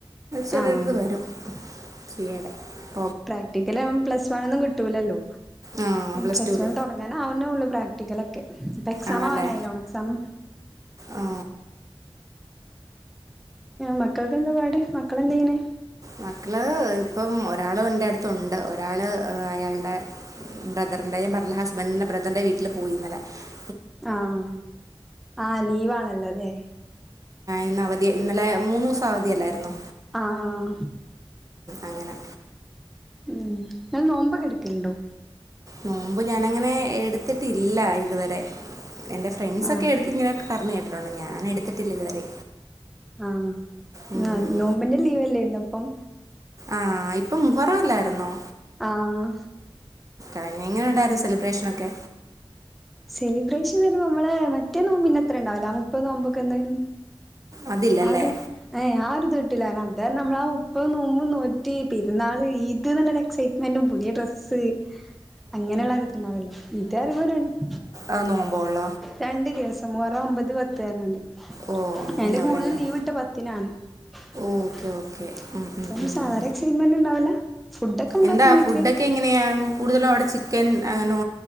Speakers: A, on the right (about 35°); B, in the centre.
A: ചെറിയാരിത്
B: ആഹ്
A: വരും. ചെയ്യട <unintelligible>
B: പ്രാക്ടിക്കല് പ്ലസ് വൺ ഒന്നും കിട്ടൂില്ലല്ലോ
A: ആ
B: പ്ലസ്
A: ടുവിൽ
B: വൺ തുടങ്ങാന അവനേള്ളൂ- പ്രാക്ടിക്കൽ ഒക്കെ ഇപ്പൊ എക്സാം
A: ആണല്ലേ
B: ആവാനായില്ല ഓണം എക്സാം
A: ആ
B: മക്കൾക്ക് എന്താ പാട് മക്കളെന്തെ ചൊയിണ്.
A: മക്കള് ഇപ്പം ഒരാള് എന്റെ അടുത്തുണ്ട് ഒരാള് അയാളുടെ- <unintelligible> ബറിന്റെയും പറ ഹസ്ബൻഡറിന്റെ ബ്രദറിന്റെ വീട്ടില് പോയിുന്നല്ലെ <unintelligible>
B: ആഹ ആഹ് ലീവാ ആണല്ലോല്ലേ?
A: ഇന്ന അവധി ഇന്നലെ മൂന്നുസം അവധിയ അല്ലായിരുന്നുോ?
B: ആഹ ആഹ
A: അങ്ങനെ
B: ഉം ഇങ്ങൾ നോമ്പൊക്കെ ഇടുക്കലുണ്ടോ?
A: നോമ്പ് ഞാനങ്ങനെ എടുത്തിട്ടില്ല ഇതുവരെ എൻ്റെ ഫ്രെണ്ട്സ്
B: ആഹ്
A: ഒക്കെ എടുത്ത് ഇങ്ങനെ പറഞ്ഞു കേട്ടിട്ടുണ്ട് ഞാൻ എടുത്തിട്ടില്ല ഇതുവരെ.
B: ആഹ്
A: ഉം.
B: ആ നോമ്പിന്റെ ലീവല്ലേ ഇന്നപ്പം?
A: ആഹ ഇപ്പം മുഹറല്ലായിരുന്നോ?
B: ആഹ
A: ആ എങ്ങനെ ഉണ്ടായിരുന്നു സെലിബ്രേഷനൊക്കെ?
B: സെലിബ്രേഷൻ വരെ നമ്മടെ മറ്റേ നോമ്പിൻ്റെത്രേം ഇണ്ടാകില്ല ആഹ് മുപ്പത് നോമ്പൊക്കെ ഉള്ളത്
A: അതില്ലല്ലേ
B: ആറ് ഏ ആരു ദൊ <unintelligible> അത് നമ്മള മുപ്പ നോമ്പ് നോറ്റ്. പെരുന്നാൾ ഈദ്ന്നുള്ളൊരു. എക്സൈറ്റ്മെന്റും പുതിയ ഡ്രസ്സ്. അങ്ങനെയുള്ള ഒരുത്ത് ഉണ്ടാവല്ലോ ഇത <unintelligible>
A: ആഹ് നോമ്പൊള്ള
B: രണ്ട് ദിവസം മുഹറം ഒമ്പത് പത്ത് തരനണ്ട്
A: ഓ അങ്ങനെയുള്ളല്ലേ
B: അയ്ൻ്റ കൂടുതൽ ലീവ ഇട്ട പത്തിനാണ് <unintelligible>
A: ഓക്കെ
B: <inaudible>
A: ഓക്കെ <inaudible>
B: അപ്പ
A: ഉം.
B: സാധാരണ എക്സൈറ്റ്മെന്റ് ഉണ്ടാവല ഫുഡ ഒക്കെ ഉണ്ടാക്കും
A: എന്താ
B: വീട്ടില്.
A: ഫുഡൊക്കെ എങ്ങനെയാ കൂടുതലും അവിടെ ചിക്കൻ അങ്ങനെ-